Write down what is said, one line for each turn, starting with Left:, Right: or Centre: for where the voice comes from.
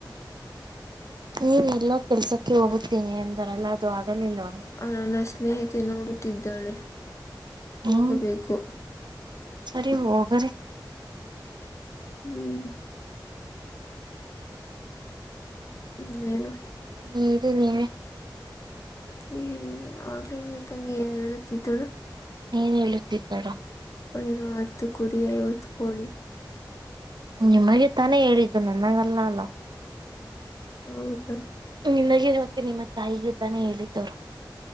Right: ನೀವ್ ಎಲ್ಲೋ ಕೆಲ್ಸಕ್ಕೆ ಹೋಗುತ್ತೀನಿ ಎಂದಾರಲ್ಲ ಅದು ಆಗಲಿಲ್ವ.
Left: ಆ ನನ್ನ ಸ್ನೇಹಿತೆ ನೋಡುತ್ತಿದ್ದಾಳೆ
Right: ಹ್ಮ್
Left: ಹೋಗಬೇಕು.
Right: ಸರಿ ಹೋಗ್ರೀ.
Left: ಹ್ಮ್ ಇನ್ನೇನು
Right: ಹೇಳಿ ನೀವೇ.
Left: ಹ ಆಗ್ಲ ನೀ ತಂಗಿ ಏನ್ ಹೇಳುತ್ತಿದ್ದಳು.
Right: ಏನ್ ಹೇಳುತ್ತಿದ್ದರು.
Left: ಎನು ಹತ್ತು ಕುರಿ ಐವತ್ತು ಕೋಳಿ.
Right: ನಿಮಗೆ ತಾನೇ ಹೇಳಿದ್ದು ನನ್ನಗಲ್ಲ ಅಲ್ಲ.
Left: ಹೌದಾ
Right: ನಿನಗೆ ಮತ್ತೆ ನಿಮ್ಮ ತಾಯಿಗೆ ತಾನೇ ಹೇಳಿದ್ದವ್ರು.